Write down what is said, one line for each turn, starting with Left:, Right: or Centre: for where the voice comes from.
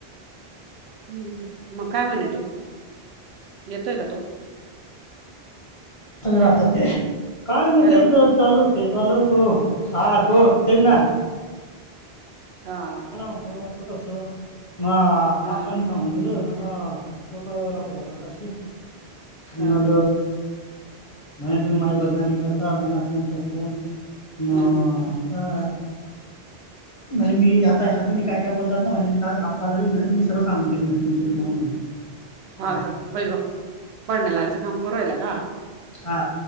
Right: हम्म, मग काय म्हणे रे? येतोय का तो?
Left: राहता ते काय नाही,
Right: हॅलो
Left: तेच चालू. ते चालतं हा, तो तेच ना.
Right: हा.
Left: <unintelligible> मला बो असतो म
Right: हा
Left: आपण सांगून दिलं मग डोकं लात हो बापाशी.
Right: हा
Left: मग म्हणे, तुम्ही माझी बदनामी करता आणि असं तसं. ह म्ह
Right: हम्म
Left: <unintelligible> आणि मी ना, तुम्ही काय काय बोलतात ना, म्हणे आप्पाला बी म्हटलं, मी सगळं सांगून देईन, म्हणे तुमचं बी नाव म्हणे.
Right: हा
Left: काय
Right: का, बैग पडण्यालाचं काम करूयला का?
Left: हा,